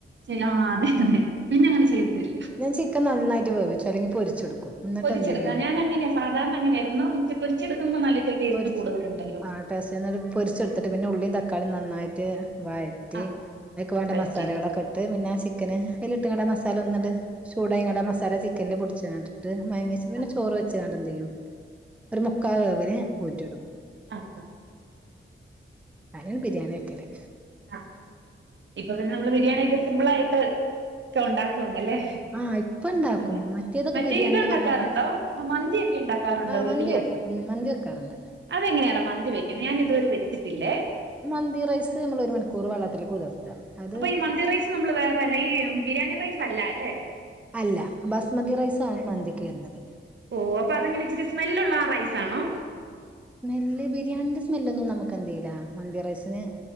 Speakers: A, on the right (about 60°); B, in the centre.
A: ചെയ്യാ ആ അതെ അതെ പിന്നെ അങ്ങനെ ചെയ്തിട്ടില്ല.
B: ഞാൻ ചിക്കൻ നന്നായിട്ട് വേവിച്ചു അല്ലങ്കി പൊരിച്ചെടുക്കും. എന്നിട്ട്
A: പൊരിച്ചെടുക്ക
B: എന്ത് ചെയ്യും
A: ഞാൻ അങ്ങനാ ക സാധാരണ അങ്ങനെയായിരുന്നു പൊരിച്ചെടുക്കുമ്പോ നല്ല. ടേസ്റ്റ്
B: പൊരിച്ച്
A: കൂടുതലുണ്ടല്ലോ
B: ആ ടേസ്റ്റന്നെ അത് പൊരിച്ചെടുത്തിട്ട് പിന്നെ ഉള്ളിയും തക്കാളിയും നന്നായിട്ട് വഴ റ്റി
A: ആ
B: അയ്ക്ക് വേണ്ട
A: വഴറ്റിയിട്ട്
B: മസാലകളൊക്കെ ഇട്ട് പിന്നെ ചി ക്കന് അയ്ൽട്ട്ങ്ങാണ്ട് ആ മസാല ഒന്നുണ്ട് ചൂടായ്ങ്ങാണ്ട് ആ മസാല ചിക്കനില് പുട്ച്ച്ങ്ങാണ്ട്. ട്ട് മാങ്ങിച് പിന്നെ
A: ആ
B: ചോറ് വെച്ചാണ്ട എന്തയ്യും ഒരു മുക്കാ വേവ്ന് ഊറ്റിടും.
A: ആഹ് ഹാ.
B: ങ്ങനെ ബിരിയാണി വെക്കല്.
A: ആഹ്. ഇപ്പൊ പിന്നെ നമ്മള് ബിരിയാണി യൊക്കെ സിമ്പിൾ ആയിട്ട് ഒക്കെ ഉണ്ടാക്കു അല്ലേ.
B: ആഹ് ഇപ്പ ഇണ്ടാക്കും
A: അതെ
B: മറ്റേതൊക്കെ
A: മറ്റേ
B: ബിരിയാണിന്ന്
A: ഇത് ഉണ്ടാക്കാറുണ്ടോ
B: പറഞ്ഞ നമ്മള്
A: മന്തിയൊക്കെ ഉണ്ടാക്കാറുണ്ടോ
B: ആഹ്
A: വീട്ടില്?
B: മന്തി വെക്കും ഉം മന്തി വെക്കാറുണ്ട്.
A: അതെങ്ങനെയാടാ മന്തി വയ്ക്കുന്നത് ഞാൻ ഇതുവരെ വെച്ചിട്ടില്ലേ.
B: മന്തി റൈസ് നമ്മൾ ഒരു മണിക്കൂർ വെള്ളത്തിൽ കുതിർത്ത. അത്
A: അപ്പൊ ഈ മന്തി റൈസ് നമ്മള് വേറെല്ല ഈ ബിരിയാണി റൈസ് അല്ല ല്ലെ.
B: അല്ല ബസ്മതി റൈസാണ് മന്തിക്ക് വര്ന്നത്.
A: ഓഹ് അതങ്ങനെ ഇപ്പൊ ച്ചിരി സ്മെല്ലുള്ള ആ റൈസാണോ?
B: സ്മെല്ല് ബിരിയാണിന്റെ സ്മെല് ഒന്നും നമുക്ക് എന്ത് ചെയുല മന്തി റൈസിന്.